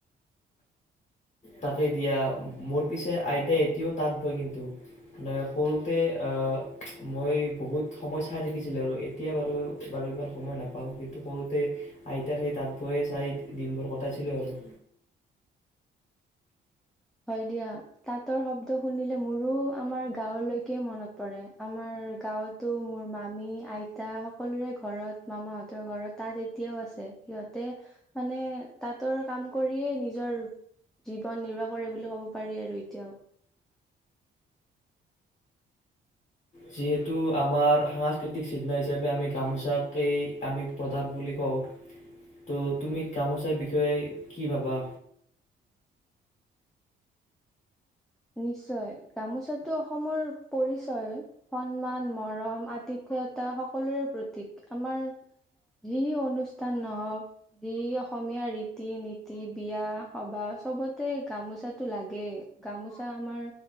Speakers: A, on the left (about 35°); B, in the centre.
A: তাকে দিয়া মোৰ পিছে আইতাই এতিয়াও তাঁত বয় কিন্তু মানে সৰুতে আহ মই বহুত সময় চাই থাকিছিলো আৰু এতিয়া বাৰু বাৰু এইবোৰ সময় নাপাওঁ কিন্তু সৰুতে আইতাৰ সেই তাঁত বয় চাই দিনবোৰ কটাইছিলো আৰু
B: হয় দিয়া তাঁতৰ শব্দ শুনিলে মোৰো আমাৰ গাঁৱলৈকে মনত পৰে আমাৰ গাঁৱতো মোৰ মামী আইতা সকলোৰে ঘৰত মামাহঁতৰ ঘৰত তাঁত এতিয়াও আছে সিহঁতে মানে তাঁতৰ কাম কৰিয়ে নিজৰ জীৱন নিৰ্বাহ কৰে বুলি ক'ব পাৰি আৰু এতিয়াও
A: যিহেতু আমাৰ সাংস্কৃতিক চিহ্ন হিচাপে আমি গামোচাকেই আমি প্ৰধান বুলি কওঁ ত' তুমি গামোচাৰ বিষয়ে কি ভাবা
B: নিশ্চয় গামোচাতটো অসমৰ পৰিচয় সন্মান মৰম আতিথ্যতা সকলোৰে প্ৰতীক আমাৰ যি অনুষ্ঠান নহক যি অসমীয়া ৰীতি নীতি বিয়া সবাহ চবতে গামোচাতো লাগে গামোচা আমাৰ